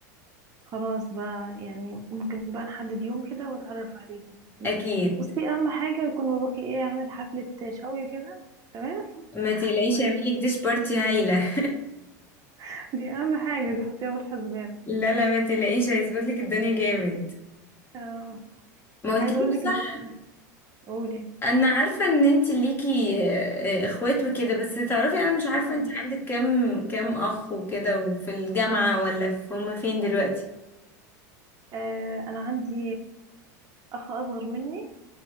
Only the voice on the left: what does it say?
أكيد
ما تقلقيش
هعملك ديش بارتي هايلة
لا لا ما تلاقيش هيظبط لك الدنيا جامد
ما قلتليش
صح
انا عارفه ان انت ليكي آه، آه، اخوات وكده بس تعرفي انا مش عارفه
انت عندك كام كام اخ وكده وفي الجامعه ولا في هما فين دلوقتي